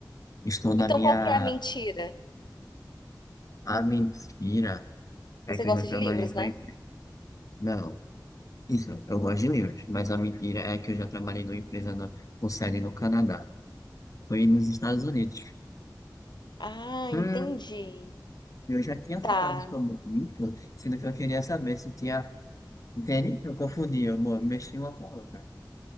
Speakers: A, on the left (about 50°); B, on the left (about 75°).
A: estou na
B: Então,
A: minha.
B: qual que é a mentira?
A: A mentira
B: Você
A: é que
B: gosta
A: eu já trabalhei
B: de livros,
A: numa
B: né?
A: empresa. Não, isso, eu gosto de livros, mas a mentira é que eu já trabalhei numa empresa no, com sede no Canadá. Foi nos Estados Unidos.
B: Ah,
A: Hum.
B: entendi.
A: Eu já tinha falado
B: Tá.
A: sobre isso, sendo que eu queria saber se tinha. Entende? Eu confundi, eu mo- mexi uma com a outra.